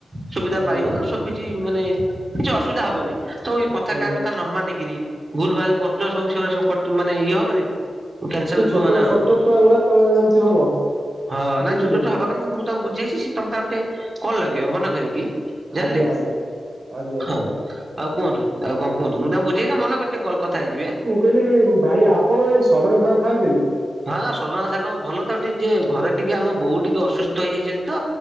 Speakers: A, on the right; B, on the right.
A: ସୁବିଧା
B: ଆଜ୍ଞା
A: ପାଇବ ସବୁ କିିଛି ମାନେ କିଛି ଅସୁବିଧା ହବନି <unintelligible> କଥା
B: ଆଜ୍ଞା
A: କାହା କଥା ନ ମାନିକିରି। ଭୁଲ ଭାଲ କରୁଚ ସବୁ ସେଗୁଡା ସବୁ କଟ ମାନେ ଇଏ ହବନି। କ୍ୟାଂସଲ
B: ସେ
A: ହେଇଯିବ
B: ଛୋଟ
A: ନା
B: ଛୋଟ ଛୁଆ ଗୁଡା ତମେ ଏମିତି ହବ
A: ହଁ ନାଇଁ
B: ବୁଝିଲେ
A: ଛୋଟ ଛୁଆ <unintelligible> ମୁଁ ତାଙ୍କୁ ବୁଝେଇଛି ସେ ତମେ ତାଙ୍କୁ ଟିକେ କଲ୍ ଲଗେଇବ ମନ କରିକି। ଜାଣିଲେ
B: ଆଜ୍ଞା ଆଜ୍ଞା ଆଜ୍ଞା
A: ହଉ ଆଉ କୁହନ୍ତୁ। ଆଉ କଣ କୁହନ୍ତୁ ମୁଁ ତାଙ୍କୁ ବୁଝେଇଚି ମନ କରି
B: ଆ-
A: ଟିକେ କଲ୍ କଥା ହେଇଜିବେ।
B: ମୁଁ କହିଲି ଭାଇ ଆପଣ ଏଇ ସଜନା ସାଗ ଖାଆନ୍ତିନି।
A: ହଁ ସଜନା ଶାଗ ଭଲ ତ ଟି ଯେ ଘରେ ଟିକେ ଆମ ବୋଉ ଟିକେ ଅସୁସ୍ଥ ହେଇଯାଇଛନ୍ତି ତ।